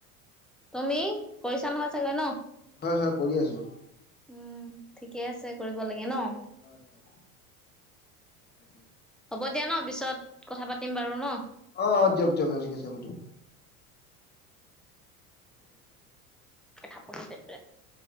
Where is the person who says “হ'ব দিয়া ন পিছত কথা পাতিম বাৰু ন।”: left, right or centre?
Centre